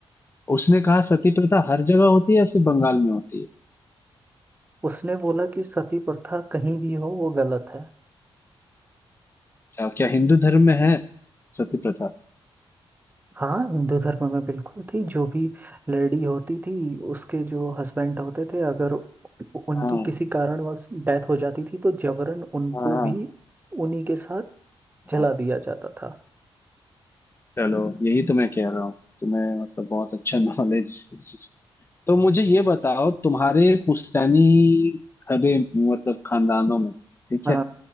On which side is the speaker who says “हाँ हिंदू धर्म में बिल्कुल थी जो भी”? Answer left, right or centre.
Right